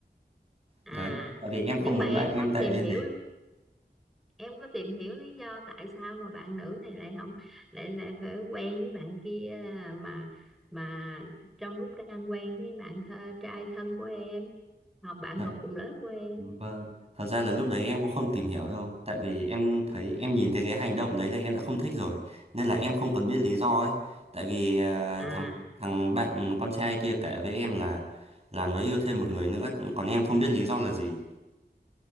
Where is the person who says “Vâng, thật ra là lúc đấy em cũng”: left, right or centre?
Right